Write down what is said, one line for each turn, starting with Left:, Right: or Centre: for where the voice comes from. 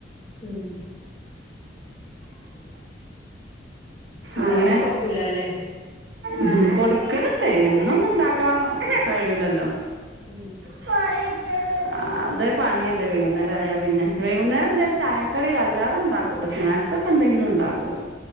Left: ഉം ഇണ്ടാക്കി
Right: അങ്ങനെ
Left: കൊടുക്കൂലല്ലേ
Right: ഉം കൊടുക്കലുണ്ട് എന്നൊന്നും ഉണ്ടാക്കാൻ കഴിയൂല്ലല്ലോ
Left: ഉം
Right: <inaudible> അതൊരു പണിയല്ലേ വൈകുന്നേരം ആയാ പിന്നെ. വൈകുന്നേരം എന്തായാലും ചായക്കടി അല്ലാതെ ഉണ്ടാക്കൂട്ടോ സ്നാക്സ് എന്തെങ്കിലു ഉണ്ടാക്കും